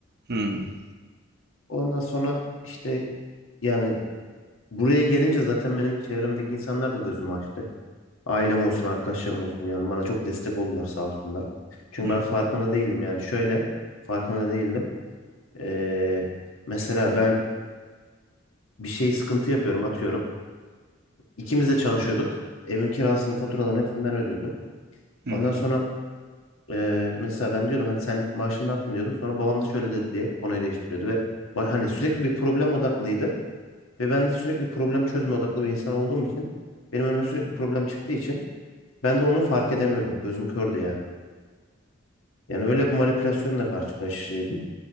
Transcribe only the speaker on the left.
Ondan sonra işte yani buraya gelince zaten benim çevremdeki insanlar da gözümü açtı. Ailem olsun, arkadaşlarım olsun yani bana çok destek oldular sağ olsunlar. Çünkü
ben farkında değildim yani şöyle farkında değildim. Ee, mesela ben bir şey sıkıntı yapıyorum atıyorum. İkimiz de çalışıyorduk. Evin kirasını, faturalarını hepsini ben ödüyordum.
Ondan sonra ee, mesela ben diyordum hani sen maaşını ne yaptın diyordum. Sonra babam da şöyle dedi diye konuyu değiştiriyordu ve ba- hani sürekli bir problem odaklıydı. Ve ben de sürekli problem çözme odaklı bir insan olduğum için benim önüme sürekli problem çıktığı için ben de onu fark edemiyordum. Gözüm kördü yani. Yani öyle bir manipülasyonla karşılaştıydım.